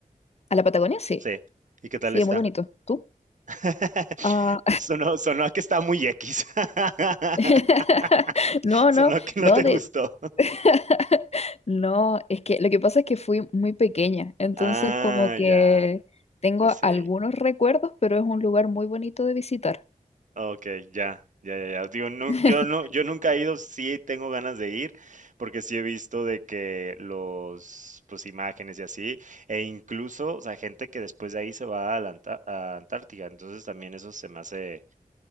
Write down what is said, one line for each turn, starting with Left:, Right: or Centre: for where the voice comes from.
Left: A la Patagonia, sí.
Right: Sí. ¿Y qué tal
Left: Sí,
Right: está?
Left: es muy bonito. ¿Tú?
Right: <laughs>
Left: Ah,
Right: Sonó, sonó a que está muy X. <laughs>
Left: <laughs> No,
Right: Sonó
Left: no,
Right: a que
Left: no,
Right: no te gustó.
Left: de... <laughs> No, es que lo que pasa es que fui muy pequeña, entonces
Right: Ah,
Left: como que
Right: ya.
Left: tengo
Right: Pues sí.
Left: algunos recuerdos, pero es un lugar muy bonito de visitar.
Right: Ok, ya, ya, ya, ya. Digo, nun-
Left: <laughs>
Right: yo no, yo nunca he ido, sí tengo ganas de ir, porque sí he visto de que los, pues imágenes y así, e incluso, o sea, gente que después de ahí se va a la Anta- a Antártica, entonces también eso se me hace,